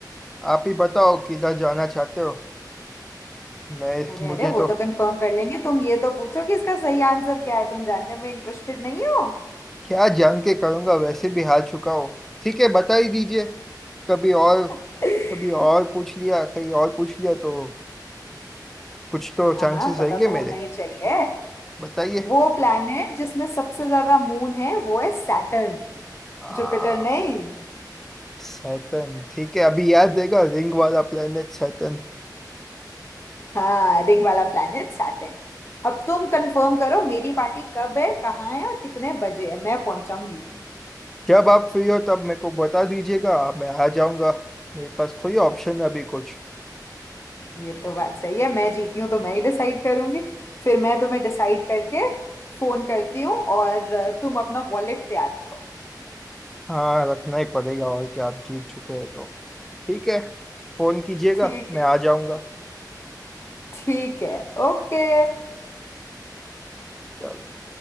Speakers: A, in the centre; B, on the left.
A: आप ही बताओ किधर जाना चाहते हो मैं
B: अरे
A: मुझे
B: अरे वो
A: तो
B: तो कंफर्म कर लेंगे तुम ये तो पूछो कि इसका सही आंसर क्या है तुम जानने में इंटरेस्टेड नहीं हो
A: क्या जान के करूंगा वैसे भी हार चुका हो ठीक है बता ही दीजिए कभी और
B: <laughs>
A: कभी और पूछ लिया कहीं और पूछ लिया तो कुछ तो
B: हाँ
A: चांसेस
B: हाँ पता
A: रहेंगे
B: तो
A: मेरे
B: होना ही चाहिए
A: बताइए
B: वो प्लैनेट जिसमें सबसे ज्यादा मून है वो है सैटर्न
A: आ,
B: जुपिटर नहीं
A: सैटर्न ठीक है अभी याद रहेगा रिंग वाला प्लेनेट सैटर्न
B: हाँ रिंग वाला प्लैनेट सैटर्न अब तुम कंफर्म करो मेरी पार्टी कब है कहाँ है और कितने बजे है मैं पहुंचाऊंगी
A: जब आप फ्री हो तब मेरे को बता दीजिएगा मैं आ जाऊंगा मेरे पास थोड़ी ऑप्शन है अभी कुछ
B: ये तो बात सही है मैं जीती हूँ तो मैं ही डिसाइड करूंगी फिर मैं तुम्हें डिसाइड करके फोन करती हूँ और तुम अपना वॉलेट तैयार रखो
A: हाँ रखना ही पड़ेगा और क्या आप जीत चुके हैं तो ठीक है फोन कीजिएगा
B: ठीक
A: मैं
B: है
A: आ जाऊंगा
B: ठीक है ओके
A: चलो